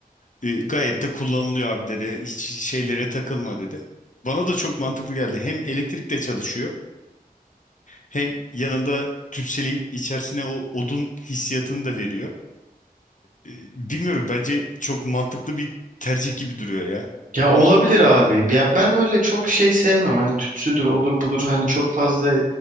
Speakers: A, on the left; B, on the right.
A: e, gayet de kullanılıyor abi dedi. Hiç şeylere takılma dedi. Bana da çok mantıklı geldi. Hem elektrikle çalışıyor hem yanında tütseleyip içerisine o odun hissiyatını da veriyor. E, Bilmiyorum bence çok mantıklı bir tercih gibi duruyor ya.
B: Ya olabilir
A: Ama normal
B: abi. Ya ben öyle çok şey sevmem. Hani tütsüdür, odur budur. Hani çok fazla